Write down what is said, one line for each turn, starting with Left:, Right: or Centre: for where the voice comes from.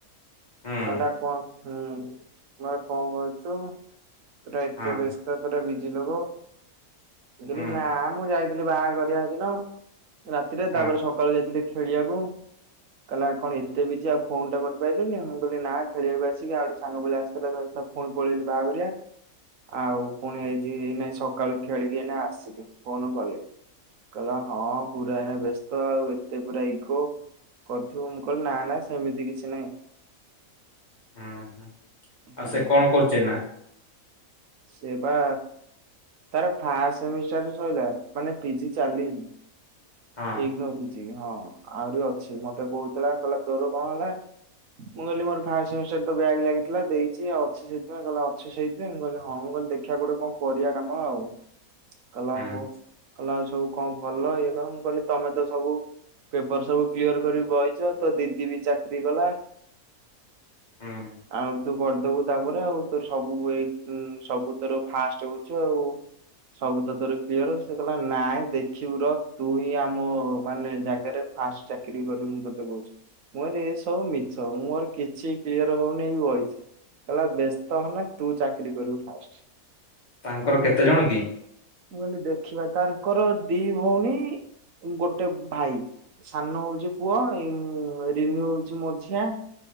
Left: ହୁଁ
Right: କଇଲା କଣ ହୁଁ କଇଲା କଣ କରୁଚୁ ପୁରା ଏତେ
Left: ହଁ
Right: ବେସ୍ ସ୍ତ ପୂରା ବିଜି ଲୋକ ମୁଁ କହିଲି
Left: ହୁଁ
Right: ନା ମୁଁ ଯାଇଥିଲି ବାହାଘରିଆ ହେଦିନ ରାତିରେ
Left: ହଁ
Right: ତାପରେ ସ କାଳୁ ଯାଇଥିଲି ଖେଳିବାକୁ କଇଲା କଣ ଏତେ ବିଜି ଆଉ ଫୋନ ଟା କରିପାଉଲୁନି। ମୁଁ କହିଲି ନା ଖେଳିବାକୁ ଆସିକି ଆଉଠେ ସାଙ୍ଗ ପିଲା ଆସିଥିଲା ପୁଣି ପଳେଇଲି ବାହାଘରିଆ। ଆଉ ପୁଣି ଏଇଛି ଏନାଇ ସକାଳୁ ଖେଳିକି ଏଇନା ଆସିଲି ଫୋନ୍ କଲି। କଇଲା ହଁ ପୁରା ଏଇନା ବ୍ୟସ୍ତ ଆଉ ଏତେ ପୁରା ଇଗୋ। କରିଥିବ ମୁଁ କହିଲି ନା ନା ସେମିତି କିଛି ନାହିଁ।
Left: ହୁଁ ଆଉ
Right: ହୁଁ।
Left: ସେ କଣ କରୁଛି ଏନା?
Right: ସେ ବା ତାର ଫାଷ୍ଟ ସେମିଷ୍ଟର ଶୋଇଲା ମାନେ ପିଜି ଚାଲି
Left: ହଁ
Right: ଏଇ ନଖୁଛି ହଁ ଆହୁରି ଅଛି ମତେ କହୁଥିଲା କହିଲା ତୋର କଣ ହେଲା? ମୁଁ କହିଲି ମୋର ଫାଷ୍ଟ ସେମିଷ୍ଟାର ବ୍ୟାଗ ଲାଗିଥିଲା ଦେଇଛି ଆଉ ଅଛି ସେଇଥିପାଇଁ କହିଲା ଅଛୁ ସେଇ ମୁଁ କହିଲି ହଁ ମୁଁ କହିଲି ଦେଖିବା କୋଉଠି କଣ କରିବା କାମ ଆଉ। କହିଲା
Left: ହୁଁ
Right: ହୋଉ କହିଲା ଆଉ ସବୁ ଭଲ ଇଏ କର କହିଲି ତମେ ତ ସବୁ ପେପର ସବୁ କ୍ଲିୟର କରିକି ବହିଛ ତୋ ଦିଦି ବି ଚାକିରରି କଲା?
Left: ହୁଁ
Right: ଆଉ ତୁ କରିଦବୁ ତାପରେ ଆଉ ତୋର ସବୁ ସବୁ ଏ ଇ ତୋର ଫାଷ୍ଟ ହଉଛି ଆଉ। ସବୁ ତୋର କ୍ଲିୟର ସେ କହିଲା ନାଇଁ ଦେଖିବୁ ରହ? ତୁ ହିଁ ଆମ ମାନେ ଜାଗାରେ ଫାଷ୍ଟ ଚାକିରି କରିବୁ ମୁଁ ତତେ କହୁଛି। ମୁଁ କହିଲି ସବୁ ମିଛ ମୋର କିଛି କ୍ଲିୟର ହଉନି ବହିଛି। ହେହଲା ବ୍ୟସ୍ତ ହୋନା ତୁ ଚାକିରି କରିବକୁ ଫାଷ୍ଟ।
Left: ତାଙ୍କର
Right: ମୁ କହିଲି
Left: କେତେ
Right: ଦେଖି
Left: ଜଣ
Right: ମୁ
Left: କି
Right: କହିଲି ଦେଖିବା ତାଙ୍କର ଦି ଭଉଣୀ। ଗୋଟେ ଭାଇ। ସାନ ହଉଛି ପୁଅ ଏ ରିନୁ ହଉଛି ମଝିଆ।